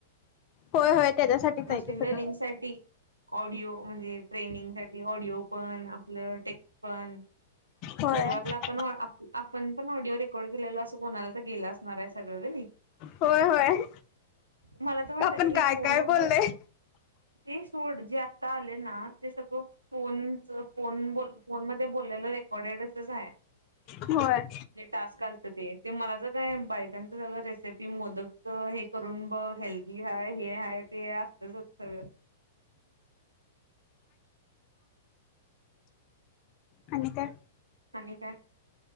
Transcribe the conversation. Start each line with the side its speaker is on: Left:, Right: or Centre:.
Left: होय होय त्याच्यासाठीच
Right: मस्िंद
Left: आहे ते सगळं
Right: निमसाठी, ऑडिओ म्हणजे ट्रेनिंग साठी, ऑडिओ पण आपलं टेक्स्ट पण.
Left: होय
Right: सुरुवातला आपण, आपण पण ऑडिओ रेकॉर्ड केलेल, असं कोणाला तर गेलं असणार आहे. सगळं का नाही.
Left: होय होय
Right: मला तर वाटत
Left: आपण
Right: हे
Left: काय
Right: फोनवर
Left: काय बोललोय
Right: बोल ते, सड जे आता आले ना ते सगळं फोन फोन ब फोन म बोलले. डसच आहे,
Left: होय,
Right: जे टास्क आलत ते मला तर काय बायकांच सगळ रेसिपी मोदकच हे करूबघ हेल्दी हाय, आहे ते अस सुद्धच होत सगळं.
Left: आणि काय
Right: आणि काय,